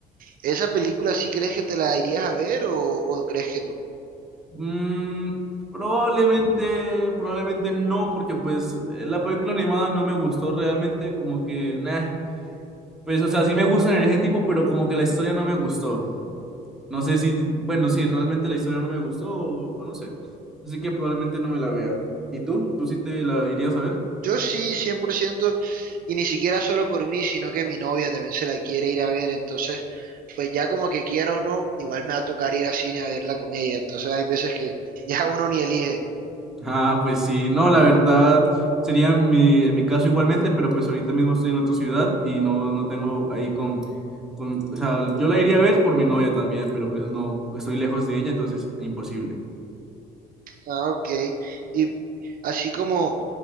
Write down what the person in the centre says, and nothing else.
Mm, probablemente, probablemente no, porque pues eh, la película animada no me gustó realmente, como que, nah, pues o sea, sí me gustan en ese tipo, pero como que la historia no me gustó. No sé si, bueno, sí, realmente la historia no me gustó o, o no sé. Así que probablemente no me la vea. ¿Y tú? ¿Tú sí te la irías a ver?
Ah, pues sí, no, la verdad sería mi, en mi caso igualmente, pero pues ahorita mismo estoy en otra ciudad y no, no tengo ahí con, con, o sea, yo la iría a ver por mi novia también, pero pues no, estoy lejos de ella, entonces imposible.